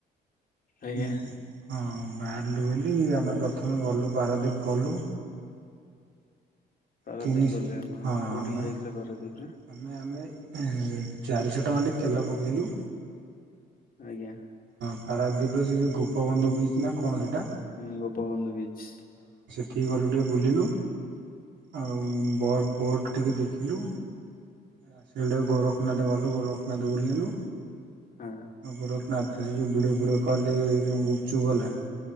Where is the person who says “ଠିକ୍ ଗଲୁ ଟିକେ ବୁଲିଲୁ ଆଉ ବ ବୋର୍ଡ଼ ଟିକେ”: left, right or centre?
Right